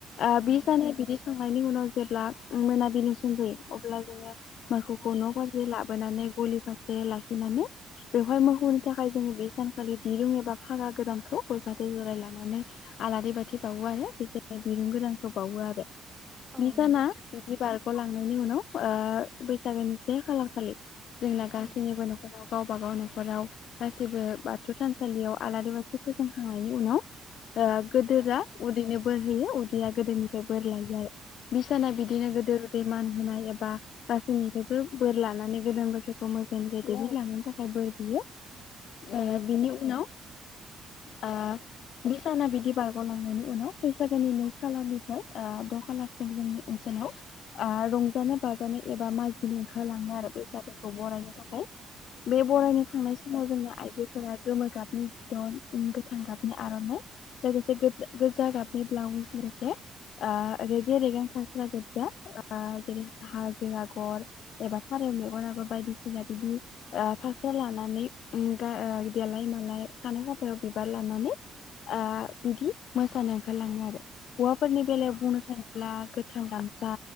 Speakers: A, on the left (about 75°); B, in the centre.
A: आ
B: औ नंगौ
A: बि सानाव बिदि सं नायनि उनाव जेब्ला मोनाबिलि सम जायो अब्ला जोङो मोखौखौ न' फारसे लाबोनानै गलि फारसे लाखिनानै बेवहाय मोखौनि थाखाय जोङो बे सानखालि दिरुं एबा फागा गोदानखौ गय फाथै जरा ला नानै आलारि बाथि बावो आरो <unintelligible> दिरुं गोदानखौ बावो आरो
B: औ
A: बि साना
B: नंगौ
A: बिदि बारग'लांनायनि उनाव ओ बैसागोनि से खालार खालि जोंना गासैनिबो
B: औ
A: न'खराव गावबागाव न'खराव गासैबो बाथौ थानसालियाव आलारि बाथि फोजोंखांनायनि उनाव ओ
B: औ
A: गोदोरा उदैनो बोर होयो उदैया गोदोरनिफ्राय बोर लायो आरो बिसाना
B: औ
A: बिदिनो
B: नंगौ
A: गोदोर उदै मान होनाय एबा गासैनिफ्रायबो बोर लानानै गोदान बोसोरखौ मोजाङै मोजां दैदेन लांनायनि थाखाय बोर बियो
B: <inaudible>
A: ओ
B: औ
A: बेनि उनाव ओ बिसाना बिदि बारग'लांनायनि उनाव बैसागोनि नै खालारनिफ्राय ओ द' खालारसिम जोंनि ओनसोलाव <unintelligible> आ रंजानो बाजानो एबा मागिनो ओंखारलाङो आरो बैसागोखौ बरायनो थाखाय बे बरायनो थांनाय समाव जोंना आइजोफोरा गोमो गाबनि बिदन गोथां गाबनि आर'नाइ लोगोसे गो- गोजा गाबनि ब्लाउस लोगोसे आ रेगे रेगां फास्रा गोजा ओ जेरै हाजो आगर एबा फारेव मेगनाबो बायदिसिना बिदि ओ फास्रा लानानै उम गा ओ देलाय मालाय खानाय खफायाव बिबार लानानै आ बिदि मोसानो ओंखारलाङो आरो हौवाफोरनि बेलायाव
B: औ
A: बुंनो थाङो ब्ला गोथां गामसा